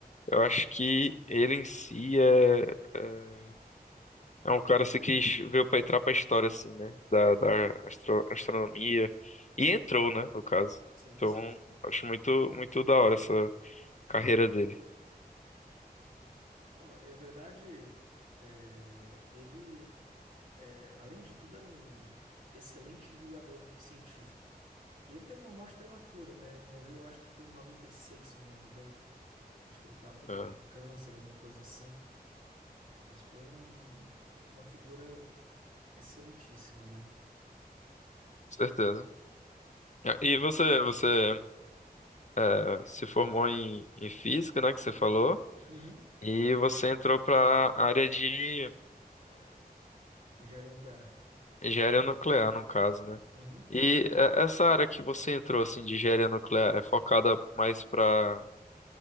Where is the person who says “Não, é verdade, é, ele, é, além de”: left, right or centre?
Right